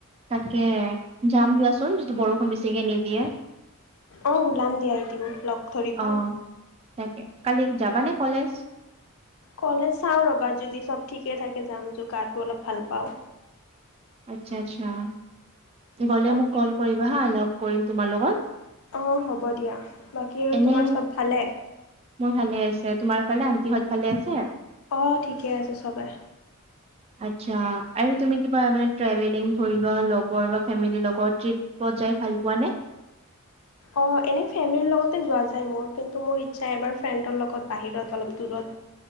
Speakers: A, on the right; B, on the left.
A: তাকে জাম দিয়াচোন যিদি বৰষুণ বেছিকে নিদিয়ে।
B: অ', ওলাম দিয়া এদিন, লগ ধৰিবা।
A: অ তাকে, কালি যাবানে কলেজ?
B: কলেজ চাওঁ ৰ'বা যদি চ'ব ঠিকে থাকে যাম, জ গাটো অলপ ভাল পাওঁ।
A: আচ্ছা-আচ্ছা। গ'লে
B: বাকী
A: মোক ক'ল কৰিবা হা লগ কৰিম তোমাৰ লগত?
B: অ', হ'ব দিয়া। বাকী আৰু
A: এনে
B: তোমাৰ চ'ব ভালে?
A: মোৰ ভালে আছে, তোমাৰ ফালে আন্টিহঁত ভালে আছে?
B: অ', ঠিকে আছে চবে।
A: আচ্ছা, আৰু তুমি কিবা মানে ট্ৰেভেলিং ধৰি লোৱা লগৰ বা ফেমিলি লগত ট্ৰিপ পত যায় ভাল পোৱা নে?
B: অ', এনেই ফেমিলিৰ লগতে যোৱা যায় মোৰ, কিন্তু মোৰ ইচ্ছা এবাৰ ফ্ৰেণ্ডৰ লগত বাহিৰত অলপ দূৰত